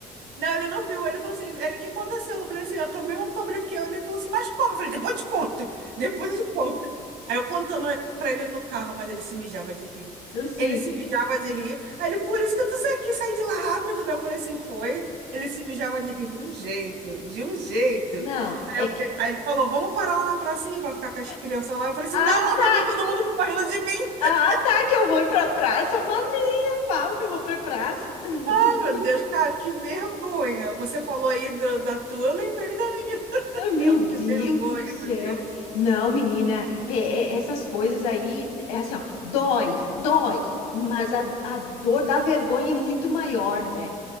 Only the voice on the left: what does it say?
Assim,
não,
é
que.
é,
Ah,
tá,
ah, tá, que eu vou ir pra praça, maninha, pau, que eu vou pra praça. <laughs>
Ah, Meu
Deus
do céu.
Não, menina, é- é- essas coisas aí, é assim, ó, dói, dói, mas a, a dor da vergonha é muito maior, né?